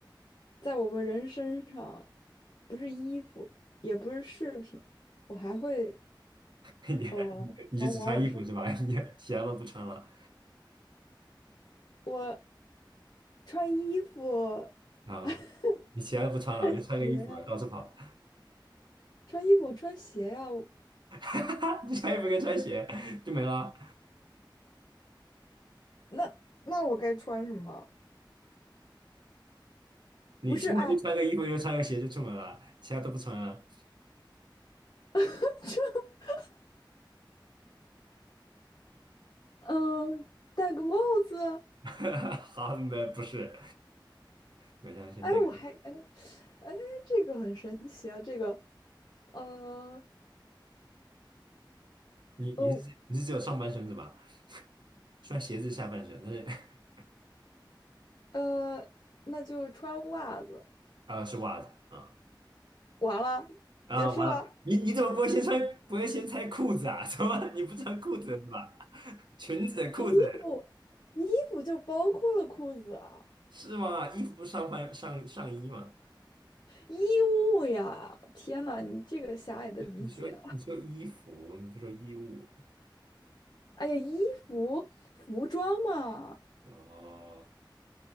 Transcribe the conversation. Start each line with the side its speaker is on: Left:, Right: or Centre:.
Left: 在我们人身上，不是衣服，也不是饰品，我还会
Right: <laughs> 你
Left: 呃，
Right: 你就只穿衣服是吧？
Left: 往往我身，
Right: <laughs> 你其他都不穿了
Left: 我穿衣服，
Right: 啊？
Left: <laughs>
Right: 你其他都不穿了，
Left: 穿鞋呀、
Right: 我就穿个衣服到处跑，
Left: 穿衣服我穿鞋呀、我
Right: <laughs> 你穿衣服跟穿鞋就没了。
Left: 那那我该穿什么？
Right: 你出门就穿个衣服，
Left: 不是，哎，
Right: 就穿个鞋就出门了，其他都不穿啊。
Left: <laughs> 嗯、戴个帽子。
Right: <laughs> 好，没不是，没事，先带。
Left: 哎，我还哎哎，这个很神奇啊！这个呃
Right: 你你是你是只有上半身是吧？
Left: 哦
Right: 穿鞋子是下半身，但是 <laughs>
Left: 呃，那就穿袜子，
Right: 啊是袜子啊
Left: 完了，
Right: 啊完了，
Left: 结束了。
Right: 你你怎么不会先穿不会先拆裤子啊？<laughs> 怎么你不穿裤子是吧？<laughs> 裙子裤子
Left: 衣服衣服就包括了裤子啊，
Right: 是吗？衣服不是上半上上衣吗？
Left: 衣物呀！天呐，你这个狭隘的理解啊！
Right: 你说你说你说衣服，你不说衣物
Left: 哎呀，衣服服装嘛。
Right: 哦。